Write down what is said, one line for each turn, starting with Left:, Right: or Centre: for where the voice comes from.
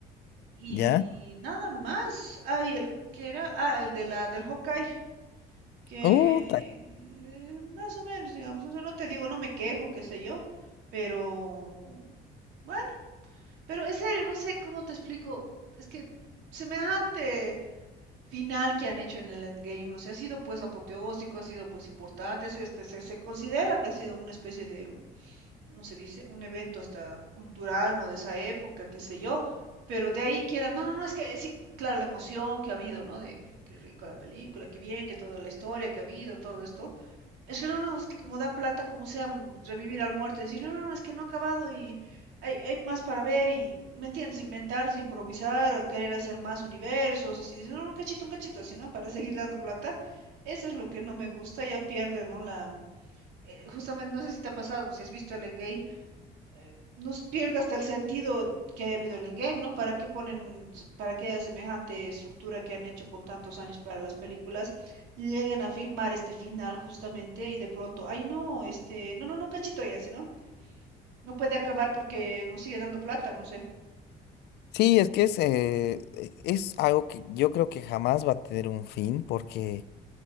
Right: Y
Left: ¿Ya?
Right: nada más. Ay, el que era. Ah, el de la, del Hawkeye. Que
Left: Uh,
Right: eh, más o menos, digamos. O sea, no te digo, no me quejo, qué sé yo. Pero. Bueno, pero en serio, no sé cómo te explico. Es que semejante final que han hecho en el Endgame. O sea, ha sido pues apoteósico, ha sido pues importante. ha sido, este, se, se considera que ha sido una especie de ¿cómo se dice? Un evento hasta cultural, ¿no? De esa época, qué sé yo. Pero de ahí quieran, no, no, no, es que sí, claro, la emoción que ha habido, ¿no? De qué rico la película, qué bien, que toda la historia que ha habido, todo esto. Es que no, no, es que como da plata, como sea, mm, revivir al muerto, decir, no, no, no, es que no ha acabado y hay, hay más para ver y, ¿me entiendes? Inventarse, improvisar, querer hacer más universos, así, decir, no, no, un cachito, un cachito, así, ¿no? Para <laughs> seguir dando plata. Eso es lo que no me gusta, ya pierde, ¿no? La, eh, justamente, no sé si te ha pasado, si has visto el Endgame, eh, nos pierde hasta el sentido que ha habido el endgame, ¿no? ¿Para qué ponen, para qué haya semejante estructura que han hecho con tantos años para las películas, lleguen a filmar este final justamente y de pronto, ay no, este, no, no, no, un cachito ya, si no, no puede acabar porque nos sigue dando plata, no sé.
Left: sí, es que es, eh, e- es algo que yo creo que jamás va a tener un fin porque...